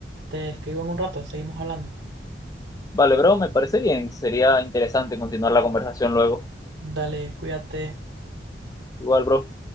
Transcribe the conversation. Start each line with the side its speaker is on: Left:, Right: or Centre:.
Right: Te escribo en un rato, seguimos hablando.
Left: Vale, bro, me parece bien, sería interesante continuar la conversación luego.
Right: Dale, cuídate.
Left: Igual, bro.